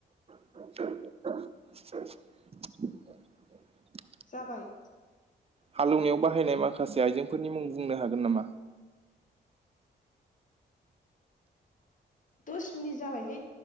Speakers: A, on the right; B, on the left.
A: <inaudible>
B: जाबाय।
A: हालौवनायाव बाहायनाय माखासे आइजेंफोरनि मुं बुंनो हागोन नामा?
B: दस मिनिट जाबायलै।